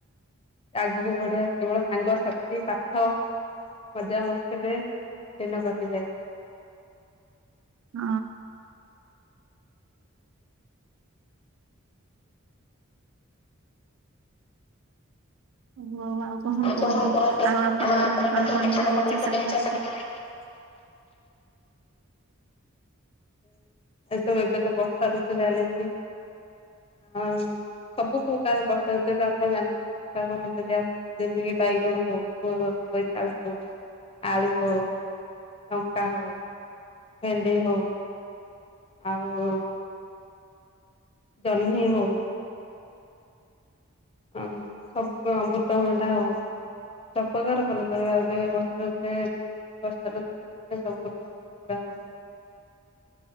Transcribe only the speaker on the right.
ହ ହଉ ଆଉ କଣ
କୁହନ୍ତୁ ଆଉ ଆପଣଙ୍କ ଆଡେ କଣ ପନିପରିବା ଚାଷ କରାହଉଛି?